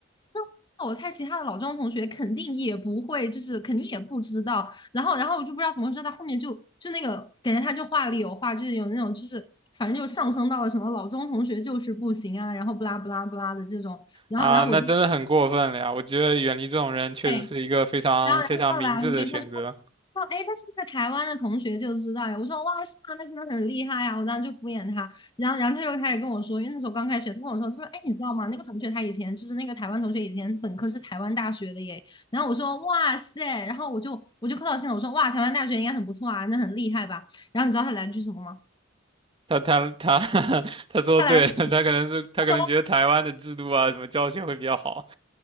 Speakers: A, on the left; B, on the right.
A: 就我猜，其他的老庄同学肯定也不会，就是肯定也不知道。然后，然后我就不知道怎么回事，他后面就就那个感觉他就话里有话，就是有那种就是反正就上升到了什么老钟同学就是不行啊，然后不拉不拉不拉的这种，然后然后我就
B: 啊，那真的很过分了呀！我觉得远离这种人确实是一个非常非常明智的选择。
A: 对然后然后他来了句，他说，他说，哎，诶他是在台湾的同学就知道呀。我说，哇，是吗？那真的很厉害呀！我当时就敷衍他，然后然后他又开始跟我说，因为那时候刚开学，他跟我说，他说，哎，你知道吗？那个同学他以前就是那个台湾同学，以前本科是台湾大学的耶。然后我说，哇塞，然后我就我就客套性了，我说，哇，台湾大学应该很不错啊，那很厉害吧？然后你知道他来了句什么吗？
B: 他他他 <laughs> 他说得对，
A: 他来了句
B: <laughs> 他可能是他可能觉得台湾的制度啊，
A: 他说
B: 什么教学会比较好，